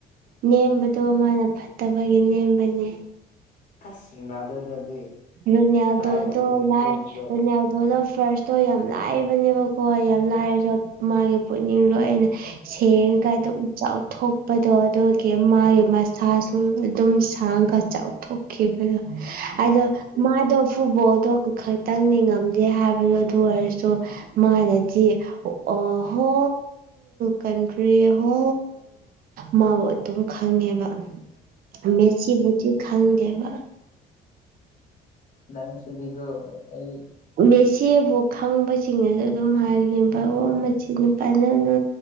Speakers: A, on the right (about 60°); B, on the left (about 50°).
A: ꯅꯦꯝꯕꯗꯣ ꯃꯥꯅ ꯐꯠꯇꯕꯒꯤ ꯅꯦꯝꯕꯅꯦ
B: ꯑꯁ ꯔꯅꯗ ꯑꯗꯨ
A: ꯔꯨꯅꯌꯥꯗꯣꯗꯣ
B: ꯂꯥꯏꯔꯕ ꯏꯃꯨꯡ
A: ꯂ
B: ꯄꯣꯛꯄꯗꯣ
A: ꯔꯨꯅꯌꯥꯜꯗꯣꯗꯣ ꯐꯔꯁ ꯇꯣ ꯌꯥꯝ ꯂꯥꯏꯕꯅꯦꯕꯀꯣ ꯌꯥꯝ ꯂꯥꯏꯔꯁꯨ ꯃꯥꯒꯤ ꯄꯨꯛꯅꯤꯡ ꯂꯣꯏꯅ ꯁꯦꯡ ꯀꯥꯏꯗꯣꯊꯣꯛ ꯀꯄꯗꯣ ꯑꯗꯨꯒꯤ ꯃꯥꯒꯤ ꯃꯁꯥꯁꯨ ꯑꯗꯨꯝ ꯁꯥꯡꯒ ꯆꯥꯎꯊꯣꯛꯈꯤꯕꯗꯣ ꯑꯗꯣ
B: ꯅꯪꯁꯦ
A: ꯃꯥꯗꯣ ꯐꯨꯠꯕꯣꯜꯗꯣ ꯈꯛꯇꯪ ꯅꯤꯡꯉꯝꯗꯦ ꯍꯥꯏꯕꯗꯣ ꯑꯗꯨ ꯑꯣꯏꯔꯁꯨ ꯃꯥꯅꯖꯤ ꯑꯍꯣ ꯀꯟꯇꯔꯤ ꯍꯣ ꯃꯥ ꯑꯗꯨꯝ ꯈꯪꯉꯦꯕ ꯃꯦꯁꯤꯤꯕꯨꯗꯤ ꯈꯪꯗꯦꯕ
B: ꯅꯪꯁꯤꯗꯤꯀ‌ꯣ ꯑꯩ
A: ꯃꯦꯆꯦꯕꯨ ꯈꯪꯕꯁꯤꯡꯅꯁꯨ ꯑꯗꯨꯝ ꯍꯥꯏꯒ ꯚꯥꯣ ꯃꯆ ꯅꯨꯄꯥꯅꯅ